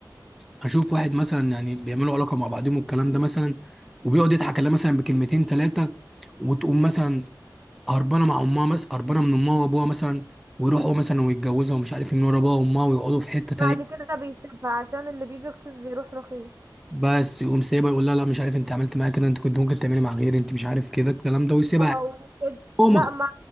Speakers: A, in the centre; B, on the right (about 35°).
A: هشوف واحد مثلا يعني بيعملوا علاقة مع بعضهم والكلام ده مثلا وبيقعد يضحك عليها مثلا بكلمتين ثلاثة وتقوم مثلا هربانه مع امها مثلا هربانه من امها وابوها مثلا ويروحوا مثلا ويتجوزوا ومش عارف إيه من ورا ابوها وامها ويقعدوا في حته
B: بعد
A: تانية
B: كده بيسيبها عشان اللي بيجي رخيص بيروح رخيص
A: بس يقوم سايبها يقول لها لا مش عارف انت عملت معايا كده انت كنت ممكن تعملي مع غيري انت مش عارف كده الكلام ده ويسيبها
B: او كده
A: هو
B: لا
A: مخ...
B: ما